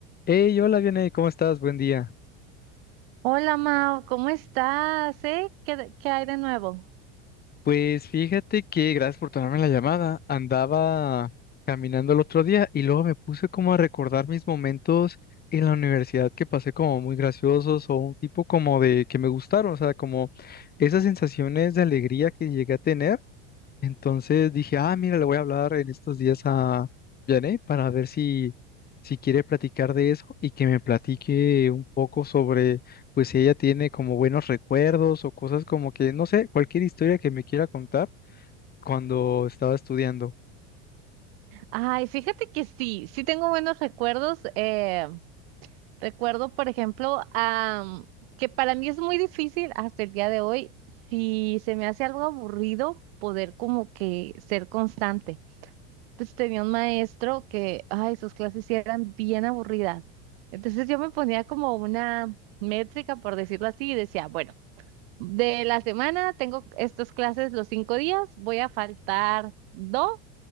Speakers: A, on the left; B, on the right.
A: Hey, hola, Vianey, ¿cómo estás? Buen día.
B: Hola Mao, ¿cómo estás? eh? ¿Qué, qué hay de nuevo?
A: Pues fíjate que, gracias por tomarme la llamada, andaba caminando el otro día y luego me puse como a recordar mis momentos en la universidad que pasé como muy graciosos o un tipo como de que me gustaron, o sea, como esas sensaciones de alegría que llegué a tener Entonces dije, ah, mira, le voy a hablar en estos días a Janet para ver si, si quiere platicar de eso y que me platique un poco sobre, pues si ella tiene como buenos recuerdos o cosas como que, no sé, cualquier historia que me quiera contar cuando estaba estudiando.
B: Ay, fíjate que sí, sí tengo buenos recuerdos. eh, recuerdo, por ejemplo, am, que para mí es muy difícil hasta el día de hoy, si se me hace algo aburrido, poder como que ser constante. Entonces tenía un maestro que, ay, sus clases sí eran bien aburridas. Entonces yo me ponía como una métrica, por decirlo así, y decía, bueno. De la semana tengo estas clases los cinco días, voy a faltar dos